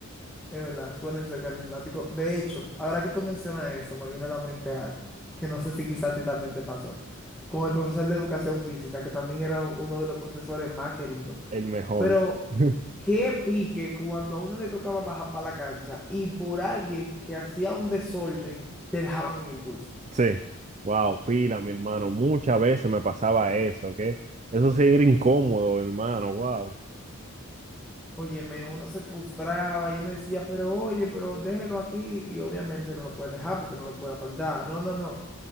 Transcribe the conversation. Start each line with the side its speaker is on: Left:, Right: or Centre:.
Centre: Es verdad, suelen ser carismáticos. De hecho, ahora que tú mencionas eso, me vino a la mente algo, que no sé si quizás a ti también te pasó, con el profesor de educación física, que también era uno de los profesores más queridos.
Right: el mejor.
Centre: Pero
Right: <laughs>
Centre: qué pique cuando a uno le tocaba bajar para la cancha y por alguien que hacía un desorden, te dejaban en el curso.
Right: Sí, wow, pila, mi hermano. Muchas veces me pasaba eso, ¿ok? Eso sí era incómodo, hermano, wow.
Centre: Óyeme, uno se frustraba y uno decía, pero oye, pero déjelo aquí. Y obviamente no lo puedes dejar porque no lo puede apartar. No, no, no.